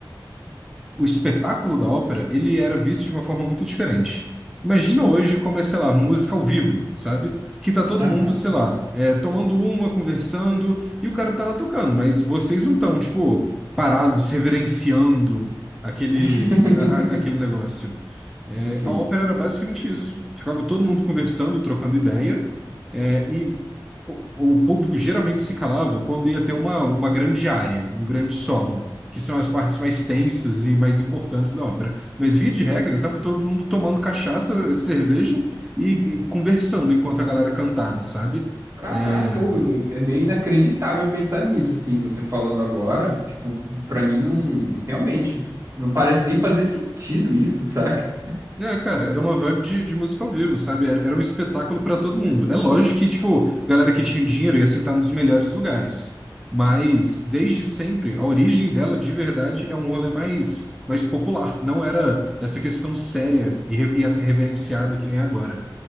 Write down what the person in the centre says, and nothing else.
o espetáculo da ópera, ele era visto de uma forma muito diferente. Imagina hoje como é, sei lá, música ao vivo, sabe? Que tá todo
mundo, sei lá, é, tomando uma, conversando, e o cara tá lá tocando, mas vocês não estão, tipo, parados, reverenciando aquele,
a- a- aquele negócio. É,
a ópera era basicamente isso. Ficava todo mundo conversando, trocando ideia, é, e o, o público geralmente se calava quando ia ter uma, uma grande área, um grande solo que são as partes mais tensas e mais importantes da ópera. Mas, via de regra, estava todo mundo tomando cachaça, cerveja e, e conversando enquanto a galera cantava, sabe?
É,
É, cara, era uma vibe de, de música ao vivo, sabe? Era, era um espetáculo pra todo mundo. É lógico que, tipo, galera que tinha dinheiro ia sentar nos melhores lugares. Mas, desde sempre, a origem dela, de verdade, é um rolê mais, mais popular. Não era essa questão séria e, re- e assim, reverenciada que nem é agora.